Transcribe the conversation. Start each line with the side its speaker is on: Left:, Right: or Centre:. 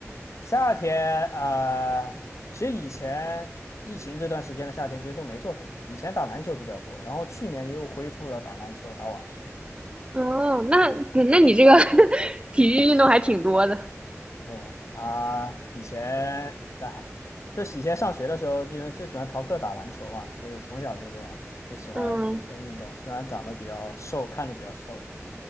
Left: 夏天啊、呃其实以前疫情这段时间的夏天其实都没做什么，以前打篮球比较多，然后去年又恢复了打篮球、打网球。
Right: 哦，那那你这个 <laughs> 体育运动还挺多的。
Left: 哎啊、以前哎，就是以前上学的时候就就喜欢逃课打篮球嘛，所以从小就这样，就喜欢这个运动。
Right: 嗯
Left: 虽然长得比较瘦，看着比较瘦，